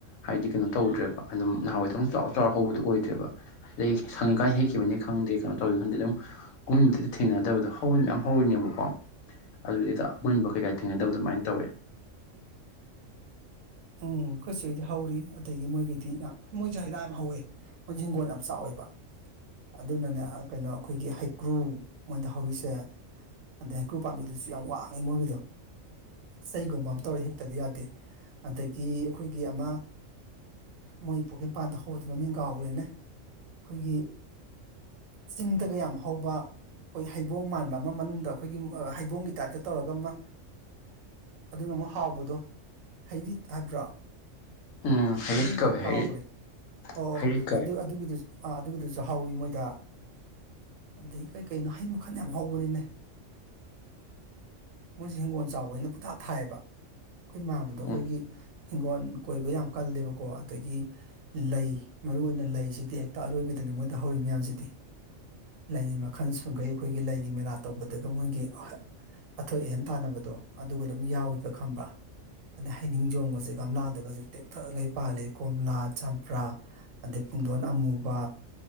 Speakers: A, on the left (about 80°); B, on the right (about 80°).
A: ꯍꯥꯏꯗꯤ ꯀꯩꯅꯣ ꯇꯧꯗ꯭ꯔꯦꯕ ꯑꯗꯨꯝ ꯅꯍꯥꯟꯋꯥꯏ ꯗꯧꯅ ꯆꯥꯎꯔ ꯆꯥꯎꯔ ꯍꯧꯕꯗꯣ ꯑꯣꯏꯗ꯭ꯔꯦꯕ ꯑꯗꯩ ꯁꯪꯉꯤ ꯀꯥꯏ ꯍꯦꯛꯈꯤꯕꯅꯤ ꯈꯪꯗꯦ ꯀꯩꯅꯣ ꯇꯧꯗꯦ ꯈꯪꯗꯦ ꯑꯗꯨꯝ ꯑꯃꯨꯟꯕꯗꯤ ꯇ ꯊꯦꯡꯅꯗꯕꯗꯣ ꯍꯧꯅꯗꯤ ꯃꯌꯥꯝ ꯍꯧꯔꯤꯅꯦꯕ <unintelligible> ꯑꯗꯨꯗꯩꯗ ꯑꯃꯨꯟꯕ ꯀꯩꯀꯥ ꯊꯦꯡꯅꯗꯕ ꯑꯗꯨꯃꯥꯏꯅ ꯇꯧꯋꯦ
B: ꯎꯝ ꯈꯣꯏ ꯆꯦ ꯍꯣꯏꯗꯤ ꯍꯧꯔꯤ ꯑꯗꯒꯤ ꯃꯣꯏꯒꯤꯗꯤ ꯌꯥꯝ ꯃꯣꯏꯁꯨ ꯍꯩꯔꯥ ꯌꯥꯝ ꯍꯧꯋꯦ ꯃꯣꯏꯁꯨ ꯍꯤꯡꯒꯣꯜ ꯌꯥꯝ ꯆꯥꯎꯋꯦ ꯕ ꯑꯗꯨꯅꯅꯦ ꯀꯩꯅꯣ ꯑꯩꯈꯣꯏꯒꯤ ꯍꯩꯀ꯭ꯔꯨ ꯃꯣꯏꯗ ꯍꯧꯔꯤꯁꯦ ꯑꯗ ꯍꯩꯀ꯭ꯔꯨ ꯄꯥꯝꯕꯤꯗꯨꯁꯨ ꯌꯥꯝ ꯋꯥꯡꯉꯦ ꯃꯣꯏꯒꯤꯗꯣ ꯆꯩꯒꯨꯝꯕ ꯑꯝ ꯇꯧꯔꯦ ꯍꯦꯛꯇꯗꯤ ꯌꯥꯗꯦ ꯑꯗꯒꯤ ꯑꯈꯣꯏꯒꯤ ꯑꯃ ꯃꯣꯏ ꯄꯨꯈ꯭ꯔꯤꯄꯥꯟꯗ ꯍꯧꯕꯗꯣ ꯃꯃꯤꯡ ꯀꯥꯎꯒ꯭ꯔꯦꯅꯦ ꯈꯣꯏꯒꯤ ꯆꯤꯡꯗꯒ ꯌꯥꯝ ꯍꯥꯎꯧꯕ ꯈꯣꯏ ꯍꯩꯕꯣꯡ ꯃꯥꯟꯕ ꯑꯃ ꯃꯅꯨꯡꯗ ꯑꯩꯈꯣꯏꯒꯤ ꯑ ꯍꯩꯕꯣꯡꯒꯤ ꯇꯥꯏꯞꯇ ꯇꯧꯔꯒ ꯃ ꯑꯗꯨꯅ ꯑꯃꯨꯛ ꯍꯥꯎꯕꯗꯣ ꯍꯩꯔꯤꯠ ꯍꯥꯏꯕ꯭ꯔꯣ
A: ꯎꯝ ꯍꯩꯔꯤꯠ
B: ꯃꯃꯤꯡꯗꯨꯣ
A: ꯀꯧꯋꯦ
B: ꯑꯩ ꯀꯥꯎꯈ꯭ꯔꯦ
A: ꯍꯩꯔꯤꯠ
B: ꯑꯣ
A: ꯍꯩꯔꯤꯠ ꯀꯧꯋꯦ
B: ꯑꯗꯨ ꯑꯗꯨꯒꯤꯗꯨꯁꯨ ꯑꯥ ꯑꯗꯨꯒꯤꯗꯨꯁꯨ ꯍꯥꯎꯋꯤ ꯃꯣꯏꯗ ꯑꯗꯒꯤ ꯀꯩ ꯀꯩꯅꯣ ꯍꯩ ꯃꯈꯟ ꯌꯥꯝ ꯍꯧꯕꯅꯤꯅꯦ ꯃꯣꯏꯁꯦ ꯍꯤꯡꯒꯣꯜ ꯆꯥꯎꯕꯅꯤꯅ ꯄꯨꯡꯊꯥ ꯊꯥꯌꯦꯕ ꯈꯣꯏ ꯃꯥꯝꯃꯗꯣ ꯑꯩꯈꯣꯏꯒꯤ
A: ꯎꯝ
B: ꯍꯤꯡꯒꯣꯜ ꯀꯣꯏꯕ ꯌꯥꯝ ꯀꯜꯂꯦꯕꯀꯣ ꯑꯗꯒꯤ ꯂꯩ ꯃꯔꯨ ꯑꯣꯏꯅ ꯂꯩꯁꯤꯗꯤ ꯍꯦꯛꯇ ꯑꯔꯣꯏꯕꯗꯅꯦ ꯃꯣꯏꯗ ꯍꯧꯔꯤ ꯃꯌꯥꯝꯁꯤꯗꯤ ꯂꯩꯒꯤ ꯃꯈꯜ ꯁꯨꯡꯈꯩ ꯑꯩꯈꯣꯏꯒꯤ ꯂꯩꯒꯤ ꯃꯦꯂꯥ ꯇꯧꯕꯗꯒ ꯃꯣꯏꯒꯤ ꯑꯊꯣꯏ ꯑꯍꯦꯟ ꯇꯥꯟꯅꯕꯗꯣ ꯑꯗꯨꯒ ꯑꯗꯨꯝ ꯌꯥꯎꯏꯕ꯭ꯔ ꯈꯪꯕ꯭ꯔꯥ ꯑꯗꯩ ꯍꯩꯅꯤꯡ ꯖꯣꯝꯒꯁꯦ ꯒꯝꯂꯥꯗꯒꯁꯦ ꯇꯦꯛ ꯊ ꯉꯩ ꯄꯥꯜꯂꯤ ꯀꯣꯝꯂꯥ ꯆꯝꯄ꯭ꯔꯥ ꯑꯗꯩ ꯄꯨꯡꯗꯣꯟ ꯑꯃꯨꯕ